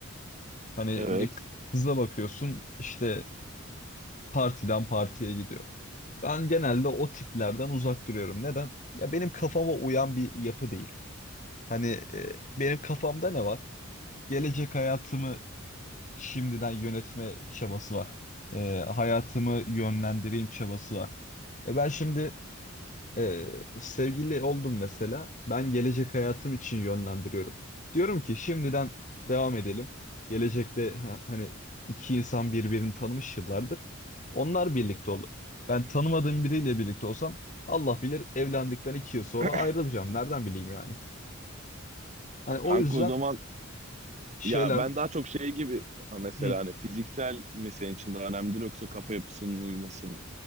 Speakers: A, on the left; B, on the right.
A: Hani
B: evet.
A: bir kıza bakıyorsun işte partiden partiye gidiyor. Ben genelde o tiplerden uzak duruyorum. Neden? Ya benim kafama uyan bir yapı değil. Hani e, benim kafamda ne var? Gelecek hayatımı şimdiden yönetme çabası var. E, hayatımı yönlendireyim çabası var. E ben şimdi ee, sevgili oldum mesela. Ben gelecek hayatım için yönlendiriyorum. Diyorum ki şimdiden devam edelim. Gelecekte ha- hani iki insan birbirini tanımış yıllardır. Onlar birlikte olur. Ben tanımadığım biriyle birlikte olsam Allah bilir evlendikten iki yıl sonra
B: <coughs>
A: ayrılacağım. Nereden bileyim yani? Hani o
B: Kanka
A: yüzden
B: o zaman
A: şeyler
B: ya ben daha çok şey gibi ha, mesela
A: hı,
B: hani fiziksel mi senin için daha önemlidir yoksa kafa yapısının uyuması mı?